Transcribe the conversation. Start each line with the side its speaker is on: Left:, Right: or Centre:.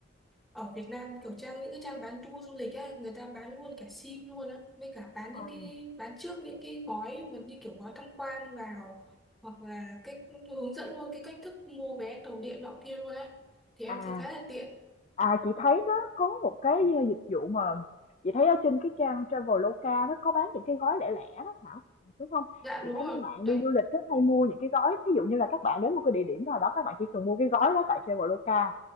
Centre: ở Việt Nam kiểu trang những cái trang bán tour du lịch á, người ta bán luôn cả sim luôn á, với cả bán những
Left: À,
Centre: cái bán trước những cái gói mà như kiểu gói tham quan vào hoặc là cách hướng dẫn luôn cái cách thức mua vé tàu điện nọ kia luôn á. Thì em
Left: À
Centre: thấy khá là tiện.
Left: À, chị thấy nó có một cái uh, dịch vụ mà chị thấy ở trên cái trang Traveloka nó có bán những cái gói lẻ lẻ đó Thảo đúng không?
Centre: Dạ
Left: Chị
Centre: đúng
Left: thấy
Centre: rồi,
Left: mấy bạn
Centre: đấy,
Left: đi du lịch rất hay mua những cái gói ví dụ như là các bạn đến một cái địa điểm nào đó các bạn chỉ cần mua cái gói đó tại Traveloka